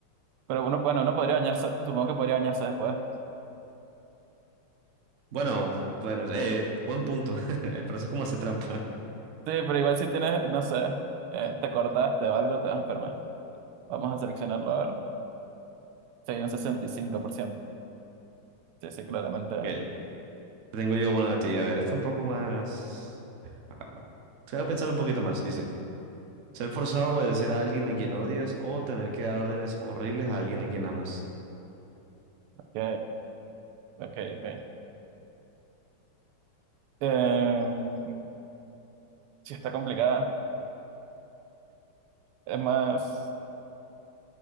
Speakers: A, on the right; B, on the right.
A: Pero uno, bueno, uno podría bañarse, supongo que podría bañarse después.
B: Bueno, bueno, eh, buen punto. <laughs> Pero eso es como hace trampa.
A: Sí, pero igual si tienes, no sé, eh, te cortaste o algo, te vas a enfermar. Vamos a seleccionarlo, a ver. Sí, un 65%. Sí, sí, claramente.
B: Ok. Tengo yo una de ti. A ver, este un poco más. ah, Voy a pensar un poquito más, dice. Ser forzado a obedecer a alguien a quien odias o tener que dar órdenes horribles a alguien a quien amas.
A: Ok, ok, ok. Em, sí, está complicada. Es más,